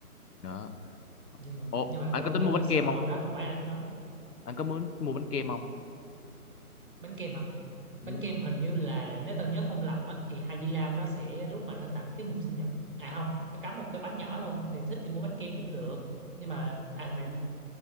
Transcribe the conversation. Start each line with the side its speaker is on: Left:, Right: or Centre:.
Left: đó
Right: nhưng mà
Left: ủa
Right: nhưng mà
Left: anh
Right: tao
Left: có tính
Right: tao
Left: mua
Right: hơi
Left: bánh
Right: sợ
Left: kem không
Right: màu đó không phải ai cũng có
Left: anh có muốn mua bánh kem không
Right: bánh kem hả bánh
Left: Ừ.
Right: kem hình như là nếu tao nhớ không lầm á thì Hai Di Lao nó sẽ lúc mà nó tặng tiết mục sinh nhật à không nó cắm một cái bánh nhỏ thôi thì thích thì mua bánh kem cũng được nhưng mà à mày